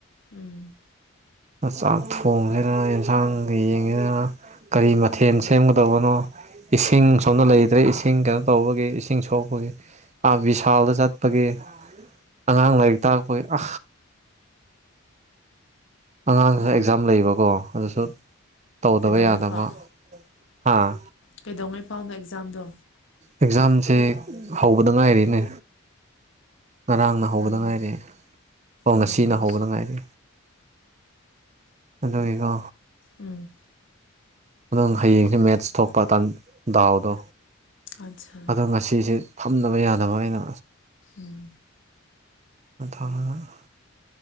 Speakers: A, on the left (about 60°); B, on the right (about 30°).
A: ꯎꯝ
B: ꯆꯥꯛ ꯊꯣꯡꯁꯤꯗꯅ ꯑꯦꯟꯁꯥꯡꯒ ꯌꯦꯡꯁꯤꯗꯅ ꯀꯔꯤ ꯃꯊꯦꯜ ꯁꯦꯝꯒꯗꯕꯅꯣ ꯏꯁꯤꯡ ꯁꯣꯝꯅ ꯂꯩꯇ꯭ꯔꯦ ꯏꯁꯤꯡ ꯀꯩꯅꯣ ꯇꯧꯕꯒꯤ ꯏꯁꯤꯡ ꯁꯣꯛꯄꯒꯤ ꯑꯥ ꯚꯤꯁꯥꯜꯗ ꯆꯠꯄ ꯒꯤ ꯑꯉꯥꯡ ꯂꯥꯏꯔꯤꯛ ꯇꯥꯛꯄꯒꯤ ꯑ ꯑꯉꯥꯡ
A: ꯐꯖꯅ
B: ꯑꯦꯛꯖꯥꯝ ꯂꯩꯕꯀꯣ ꯑꯗꯨꯁꯨ ꯇꯧꯗꯕ
A: ꯀꯩꯗꯧꯉꯩꯐꯥꯎ
B: ꯌꯥꯗꯕ ꯍꯥꯥ
A: ꯀꯩꯗꯧꯉꯩ ꯐꯥꯎꯅꯣ ꯑꯦꯛꯖꯥꯝꯗꯣ
B: ꯑꯦꯛꯖꯥꯝꯁꯦ ꯍꯧꯕꯗ ꯉꯥꯏꯔꯤꯅꯦ ꯉꯔꯥꯡꯅ ꯍꯧꯕꯗ
A: ꯎꯝ
B: ꯉꯥꯏꯔꯦ ꯑꯣ ꯉꯁꯤꯅ
A: ꯎꯝ
B: ꯍꯧꯕꯗ ꯉꯥꯏꯔꯦ ꯀꯗꯣꯢꯅꯣ
A: ꯎꯝ
B: ꯑꯗꯪ ꯍꯌꯦꯡꯁꯦ
A: ꯍꯣ
B: ꯃꯦꯠꯁ ꯊꯣꯛꯄ ꯗꯥꯎꯗꯣ
A: ꯑꯠꯁꯥ
B: ꯑꯗꯣ ꯉꯁꯤꯁꯦ ꯐꯝꯗꯅꯕ ꯌꯥꯗꯕ ꯑꯩꯅ
A: ꯎꯝ
B: ꯑꯗꯨ ꯊꯥꯔꯒ